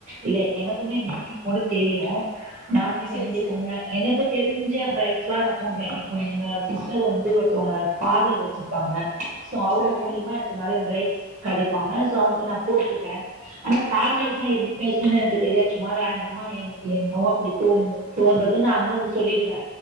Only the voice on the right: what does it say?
இல்ல எனக்குமே மெஹந்தி போட தெரியு நானுமே
மெஹந்தி
போனே எனக்கு தெரிஞ் ஞ்ச பிரைட்ஸ்க்குலா நா போடுவே இப்போ எங்க சிஸ்டர் வந்து ஒருத்தவங்க பார்லர் வச்சிருக்காங்க சோ அவங்க
மூலியமா எனக்கு நறைய பிரைட்ஸ் கெடைப்பாங்க சோ அவுங்குக்கு நா போட்ருக்கே ஆனா பேக்கேஜ்
தா எப்டி பேசணுனு எனக்கு தெரியாது சும்மா ரேண்டமா எனக்கு என்னவோ அப்டி தோ தோன்றது நா அமௌண்டு சொல்லிடுவே